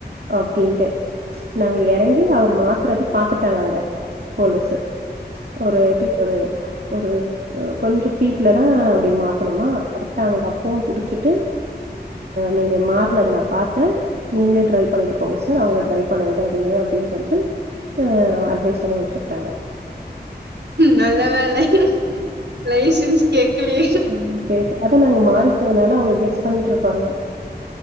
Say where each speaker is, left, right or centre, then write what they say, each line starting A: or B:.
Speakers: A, on the right (about 65°); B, on the right (about 75°).
A: அப்டின்ட்டு நாங்க எறங்கி அவர் மாத்துறத பாத்துட்டாங்க அங்கே போலீஸ் ஒரு எப்படி ஒரு ஒரு கொஞ்சம் ஃபீட்ல தான் அப்படி மாத்தணுமா கரெக்டா அங்கே அப்பவும் புடிச்சிட்டு நீங்க மாறினத நான் பாத்தேன் நீங்களே ட்ரைவ் பண்ணிட்டு போங்க சார் அவங்கள ட்ரைவ் பண்ண விடாதீங்க அப்டின்னு சொல்ட்டு ஆ அட்வைஸ் பண்ணி அமுச்சு விட்டாங்க
B: நல்ல வேள லைசன்ஸ் கேகலே
A: ம் கேக்கு அத நாங்க மாறிட்டதுனால அவங்க கெஸ் பண்ணிட்டு இருப்பாங்க